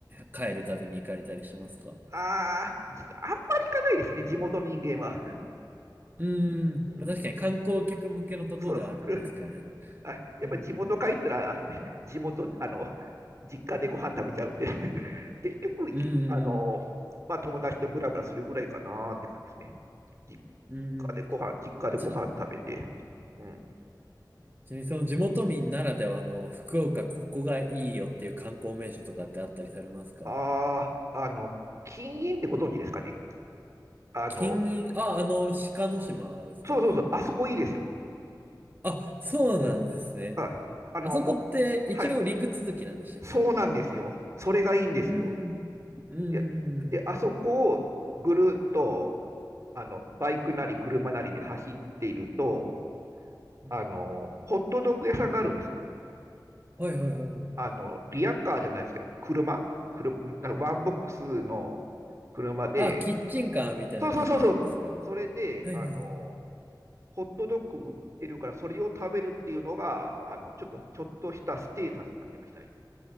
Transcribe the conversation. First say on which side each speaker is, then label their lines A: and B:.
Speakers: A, on the right; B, on the right.
A: 帰るたびに行かれたりしますか
B: ああ、実はあんまり行かないですね、地元の人間は。
A: うーん、
B: <laughs> うん。
A: 確かに観光客向けのところではあるんですかね。
B: そうです。<laughs> あ、やっぱ地元帰ったら、
A: うん、う
B: <laughs> 地元、あの、実家でご飯食べちゃうんで <laughs> 結局、いあの、
A: ん、
B: まあ、友達とブラブラするぐらいかなって感じですね。実
A: うん、
B: 家でご飯、
A: うん。
B: 実家でご飯食べて、
A: ち、
B: うん。
A: ちなみにその地元民ならではの福岡ここがいいよっていう観光名所とかってあったりされますか
B: ああ、あの、禁煙ってご存知ですかね。あの、
A: 金銀、あ、あの、鹿の島ですかね。
B: そうそうそう、あそこいいですよ。
A: あ、そうなんですね。
B: はい。あの、
A: あそこって一応陸続きなんでしたっけ
B: も、はい。そうなんですよ。それがいいんですよ。
A: うんうん。うんうんうん
B: で、で、あそこをぐるっと、あの、バイクなり車なりで走っていると、
A: うん。
B: あの、ホットドッグ屋さんがあるんですよ。
A: はいはいはいはい。
B: あの、リアカーじゃないですけど、車、車なんかワンボックスの車で、
A: うんあ、キッチンカーみたいな感じですかね。
B: そうそうそうそう、それで、
A: はいはいはい。
B: あの、ホットドッグ売ってるから、それを食べるっていうのが、あの、ちょっと、ちょっとしたステータスになってましたね。